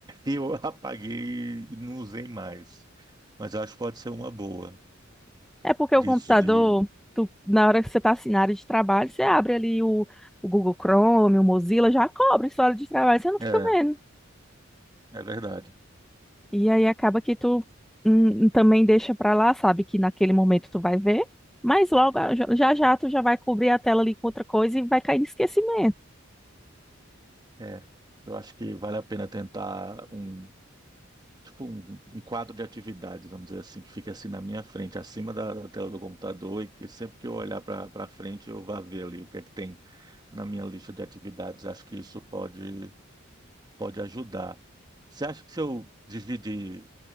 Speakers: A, on the right; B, in the centre.
A: aí eu apaguei e não usei mais. Mas eu acho que pode ser uma boa
B: É porque
A: disso
B: o computador,
A: de...
B: tu- na hora que você está assim, na área de trabalho, você abre ali o, o Google Chrome, o Mozilla, já cobre sua área de trabalho, você não
A: É,
B: fica vendo.
A: é verdade.
B: E aí acaba que tu hum, hum, também deixa pra lá, sabe que naquele momento tu vai ver, mas logo ah, já já já tu já vai cobrir a tela ali com outra coisa e vai cair em esquecimento.
A: É, eu acho que vale a pena tentar um, tipo um, um quadro de atividades, vamos dizer assim, que fique assim na minha frente, acima da, da tela do computador e que sempre que eu olhar para para frente eu vá ver ali o que é que tem na minha lista de atividades. Acho que isso pode pode ajudar. Você acha que se eu dividir